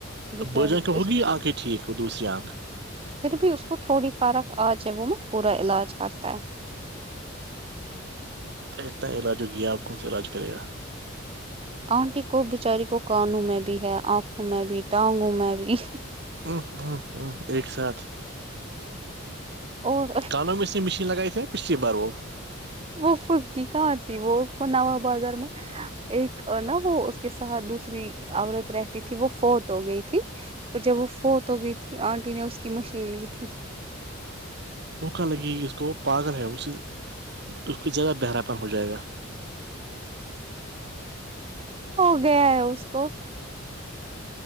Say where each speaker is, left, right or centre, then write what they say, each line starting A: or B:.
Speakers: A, on the right; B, on the right.
A: بچاری
B: بجن
A: کو اس
B: ہوگی آنکھیں ٹھیک وہ دوسری آنکھ-
A: پھر بھی اس کو تھوڑی فارق آجائے وہ مت پورا علاج کرتا ہے-
B: اتنا علاج ہوگ گیا آپ کونا علاج کرے گا-
A: آنٹی کو بچاری کو کانوں میں بھی ہے, آنکھوں میں بھی ٹانگوں میں بھی-
B: ا ہ ہ ایک ساتھ-
A: اور
B: کانوں میں اس نے مشین لگائی تے پچھلی بار وہ-
A: وہ فکی کہاں ت وہ نو بازار میں- ایک نا وہ اس کے ساتھ دوسری- عورت رہتی تھی وہ فوت ہو گئی تھی- پھر جب وہ فوت ہو گئی تھی آنٹی نے اس کی مشین لی تھی-
B: وہکاں لگی کہ اس کو وہ پاگل ہے اس سے اس کا زیادہ بہرا پن ہو جائے گا-
A: ہو گیا ہے, اس کو-